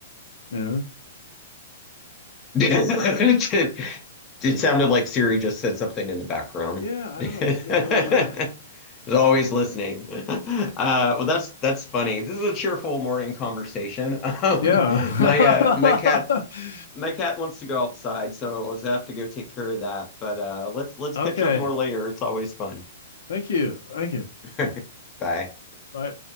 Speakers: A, on the left (about 75°); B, on the left (about 30°).
A: you know.
B: <laughs> It sounded like Siri just said something in the background.
A: Yeah, I
B: <laughs>
A: don't know what's going on there.
B: It's always listening. <laughs> Uh, well, that's that's funny. This is a cheerful morning conversation. <laughs> Um,
A: Yeah.
B: my uh, my cat
A: <laughs>
B: my cat wants to go outside, so I was gonna have to go take care of that. But uh, let's let's
A: Okay.
B: catch up more later. It's always fun.
A: Thank you. Thank you.
B: <laughs> Bye.
A: Bye.